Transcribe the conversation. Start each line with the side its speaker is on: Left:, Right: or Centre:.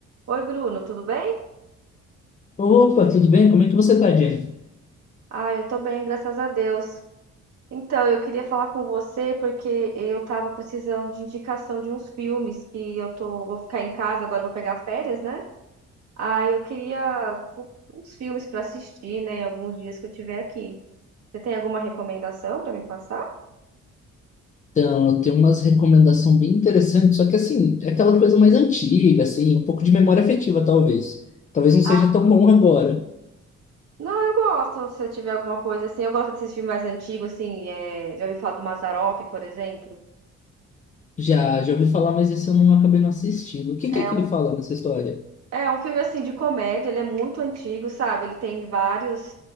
Right: Oi, Bruno, tudo bem?
Left: Opa, tudo bem? Como é que você tá, Jenny?
Right: Ah, eu tô bem, graças a Deus. Então, eu queria falar com você porque eu tava precisando de indicação de uns filmes que eu tô, vou ficar em casa agora, vou pegar férias, né? Ah, eu queria co- uns filmes pra assistir, né, em alguns dias que eu tiver aqui. Você tem alguma recomendação pra me passar?
Left: Então, eu tenho umas recomendações bem interessantes, só que assim, é aquela coisa mais antiga, assim, um pouco de memória afetiva, talvez. Talvez não seja
Right: Ah,
Left: tão bom agora.
Right: não, eu gosto, se eu tiver alguma coisa assim, eu gosto desses filmes mais antigos, assim, é, já ouvi falar do Mazzaropi, por exemplo.
Left: Já, já ouvi falar, mas esse eu não acabei não assistindo. O que
Right: É
Left: que é que
Right: um
Left: ele fala nessa história?
Right: É é um filme assim de comédia, ele é muito antigo, sabe? Ele tem vários